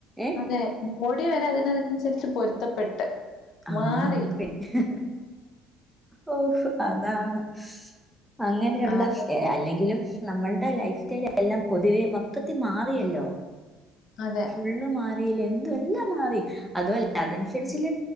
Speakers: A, in the centre; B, on the left (about 60°).
A: ഏഹ്
B: അതെ. മുടി വരെ അതിനനുസരിച്ച് പൊരുത്തപ്പെട്ട്.
A: ആഹ്
B: മാറി
A: പിന്നെ ഓ അതാണ്. അങ്ങനെയുള്ള
B: അതെ
A: അല്ലെങ്കിലും നമ്മളുടെ ലൈഫ് സ്റ്റൈൽ എല്ലാം പൊതുവെ മൊത്തത്തി മാറിയല്ലോ.
B: അതെ
A: ഫുള്ള് മാറി. എന്തുവാ എല്ലാം മാറി അതുവല്ല അതനുസരിച്ചല്ലേ